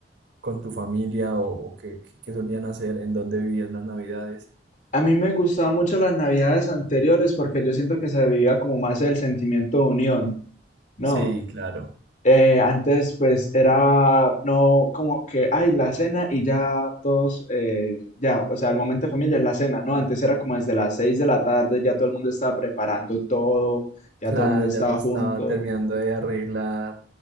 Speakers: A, on the right (about 80°); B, on the left (about 45°).
A: con tu familia o, o qué, qué- qué solían hacer, en dónde vivías las navidades.
B: A mí me gustaban mucho las navidades anteriores porque yo siento que se vivía como más el sentimiento de unión, ¿no?
A: Sí, claro.
B: Eh, antes pues era no como que, ay, la cena y ya todos, eh, ya, o sea, el momento de familia es la cena, ¿no? Antes era como desde las 6 de la tarde, ya todo el mundo estaba preparando todo, ya
A: Claro,
B: todo el mundo
A: ya
B: estaba
A: no estaba
B: junto.
A: terminando de arreglar,